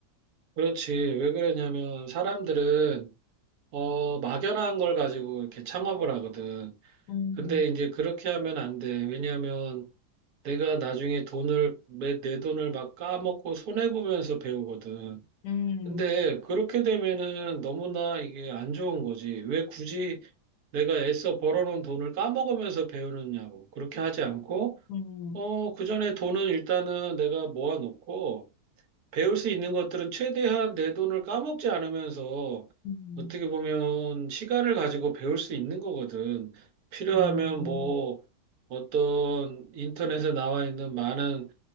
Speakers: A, on the right (about 70°); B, on the left (about 80°).
A: 그렇지. 왜 그러냐면 사람들은 어, 막연한 걸 가지고 이렇게 창업을 하거든.
B: 음,
A: 근데 이제 그렇게 하면 안 돼. 왜냐하면 내가 나중에 돈을, 내, 내 돈을 막 까먹고 손해보면서 배우거든.
B: 음,
A: 근데 그렇게 되면은 너무나 이게 안 좋은 거지. 왜 굳이 내가 애써 벌어놓은 돈을 까먹으면서 배우느냐고. 그렇게 하지 않고,
B: 음,
A: 어, 그 전에 돈은 일단은 내가 모아놓고, 배울 수 있는 것들은 최대한 내 돈을 까먹지 않으면서
B: 음,
A: 어떻게 보면 시간을 가지고 배울 수 있는 거거든. 필요하면
B: 음.
A: 뭐 어떤 인터넷에 나와 있는 많은